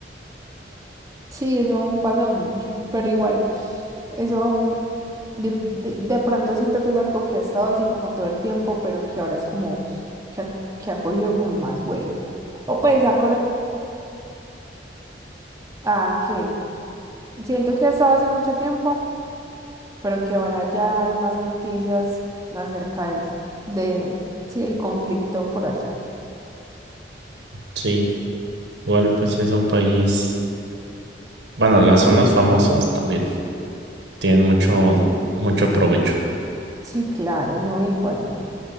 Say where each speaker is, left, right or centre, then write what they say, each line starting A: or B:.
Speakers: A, on the right; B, on the right.
A: Sí, eso pasa mucho, pero igual, eso mm, de, de- de pronto siento que es algo que ha estado así como todo el tiempo, pero que ahora es como que ha, que ha cogido como más vuelo. O pues ha, Ah, que siento que ha estado así mucho tiempo, pero que ahora ya hay más noticias acerca de, de sí, el conflicto por allá.
B: Sí, igual pues es un país. Bueno, las zonas famosas también tienen mucho, mucho provecho.
A: Sí, claro, ¿no? Igual